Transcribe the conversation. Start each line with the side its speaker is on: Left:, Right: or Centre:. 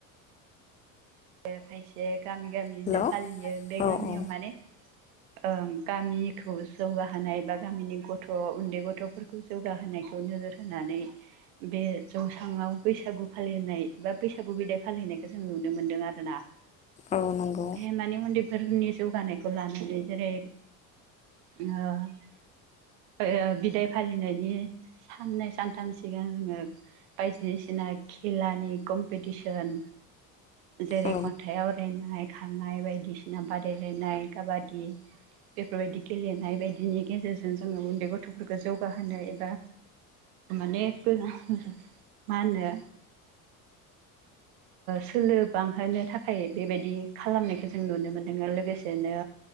Right: ए खायसे गामि गामिनो
Left: हेलौ
Right: फालियो बे
Left: औ
Right: गामियाव
Left: औ
Right: माने ओं गामिखौ जौगाहोनाय बा गामिनि गथ' उन्दै गथ'फोरखौ जौगाहोनायखौ नोजोर होनानै। बे जौसाङाव बैसागु फालिनाय एबा बैसागु बिदाय फालिनायखौ जों नुनो मोनदों आरो। ना
Left: औ नंगौ
Right: बे मानि उन्दैफोरनि जौगानायखौ लानानै जेरै- ओओ बिदाय फालिनायनि साननै सानथाम सिगां जोङो बायदिसिना खेलानि कम्पिटिसन। जेरै
Left: औ
Right: खन्थाइाव आवरायनाय खारनाय बायदिसिना बादायलायनाय काबादि। बेफोरबायदि गेलेनाय बायदिनि गेजेरजों जोङो उन्दै गथ' गथ'फोरखौ जौगाहोनो एबा माने गो मा होनो सोलो बांहोनो थाखाय बे बायदि खालामनायखौ जों नुनो मोनदों। लोगोसेनो